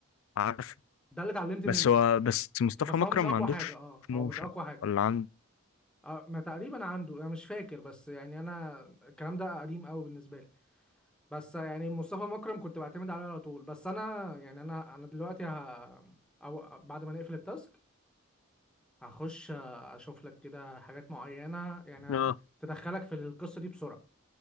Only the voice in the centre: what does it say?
ده اللي اتعلمت منه
بس
هو مش اقوى
حاجه اه
هو مش اقوى حاجه
آه ما تقريبا عنده انا مش فاكر بس يعني انا الكلام ده قديم قوي بالنسبه لي بس يعني مصطفى مكرم كنت بعتمد عليه على طول بس انا يعني انا انا دلوقتي ه... أو بعد ما نقفل التاسك هخش اشوف لك كده حاجات معينة يعني
تدخلك في القصة دي بسرعة